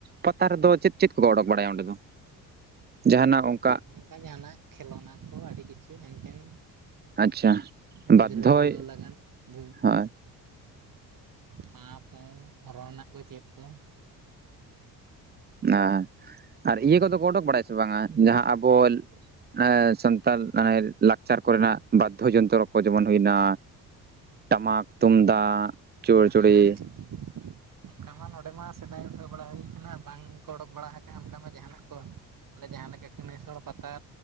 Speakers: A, on the right; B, on the right.
A: ᱯᱟᱛᱟ ᱨᱮᱫᱚ ᱪᱮᱫ ᱪᱮᱫ ᱠᱚ ᱚᱰᱚᱠ ᱵᱟᱲᱟᱭᱟ ᱚᱸᱰᱮ ᱫᱚ ᱡᱟᱦᱟᱱᱟᱜ ᱚᱝᱠᱟ
B: ᱚᱱᱠᱟ ᱡᱟᱦᱟᱱᱟᱜ ᱠᱷᱮᱞᱳᱱᱟ ᱠᱚ ᱟᱹᱰᱤ ᱠᱤᱪᱷᱩ ᱦᱮᱱᱛᱮᱱ᱾
A: ᱟᱪᱪᱷᱟ
B: ᱜᱤᱫᱽᱨᱟᱹ
A: ᱵᱟᱫᱽᱫᱷᱚᱭ
B: ᱵᱷᱩᱞᱟᱹᱣ ᱞᱟᱜᱟᱱ ᱵ
A: ᱦᱳᱭ
B: ᱯᱟᱯᱳ ᱚᱨᱚᱱᱟᱠᱚ ᱪᱮᱫ ᱠᱚ
A: ᱟᱸ ᱟᱨ
B: ᱟᱫᱚ
A: ᱤᱭᱟᱹ ᱠᱚᱫᱚ ᱠᱚ ᱩᱰᱩᱠ ᱵᱟᱲᱟᱭᱟ ᱥᱮ ᱵᱟᱝᱟ ᱡᱟᱦᱟᱸ ᱟᱵᱚ ᱟᱸ ᱥᱟᱱᱛᱟᱞ ᱢᱟᱱᱮ ᱞᱟᱠᱪᱟᱨ ᱠᱚᱨᱮᱱᱟᱜ ᱵᱟᱫᱽᱫᱷᱚ ᱡᱚᱱᱛᱨᱚ ᱠᱚ ᱡᱮᱢᱚᱱ ᱦᱩᱭᱱᱟ ᱴᱟᱢᱟᱠ ᱛᱩᱢᱫᱟᱜ ᱪᱳᱲᱪᱩᱲᱤ
B: ᱦᱮᱸ ᱚᱱᱠᱟ ᱢᱟ ᱱᱚᱰᱮ ᱢᱟ ᱥᱮᱫᱟᱭ ᱩᱴᱷᱟᱹᱣ ᱵᱟᱲᱟ ᱦᱩᱭ ᱠᱟᱱᱟ ᱵᱟᱝ ᱠᱚ ᱚᱰᱳᱠ ᱵᱟᱲᱟ ᱟᱠᱟᱜᱼᱟ ᱚᱱᱠᱟ ᱢᱟ ᱡᱟᱦᱟᱱᱟᱜ ᱠᱚ ᱟᱞᱮ ᱡᱟᱦᱟᱸ ᱞᱮᱠᱟ ᱠᱟᱹᱱᱟᱹᱭ ᱥᱚᱲ ᱯᱟᱛᱟ